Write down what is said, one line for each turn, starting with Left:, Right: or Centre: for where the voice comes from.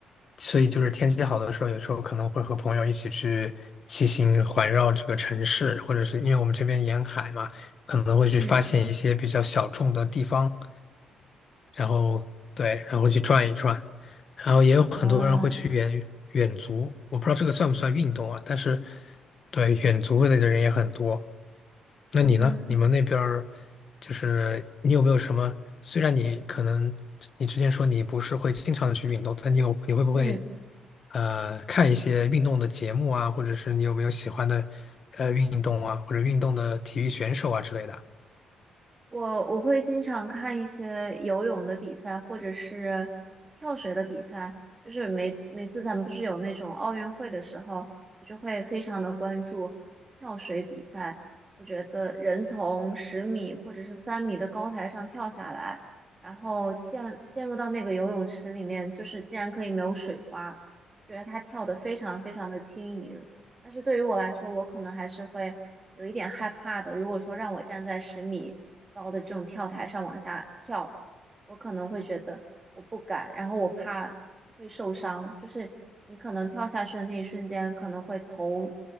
Left: 所以就是天气好的时候，有时候可能会和朋友一起去骑行环绕这个城市，或者是因为我们这边沿海嘛，可能会去发现一些比较小众的地方，
Right: 嗯
Left: 然后对，然后去转一转，然后也有很多人会去远远足，
Right: 啊，
Left: 我不知道这个算不算运动啊，但是对远足的人也很多。那你呢？
Right: 嗯。
Left: 你们那边儿就是你有没有什么？虽然你可能你之前说你不是会经常的去运动，但你有你会不会
Right: 嗯，
Left: 呃看一些运动的节目啊，或者是你有没有喜欢的呃运动啊，或者运动的体育选手啊之类的？
Right: 我我会经常看一些游泳的比赛，或者是跳水的比赛。就是每每次咱们不是有那种奥运会的时候，我就会非常的关注跳水比赛。我觉得人从十米或者是三米的高台上跳下来，然后溅溅入到那个游泳池里面，就是竟然可以没有水花，觉得他跳得非常非常的轻盈。但是对于我来说，我可能还是会有一点害怕的。如果说让我站在十米高的这种跳台上往下跳，我可能会觉得我不敢，然后我怕会受伤。就是你可能跳下去的那一瞬间，可能会头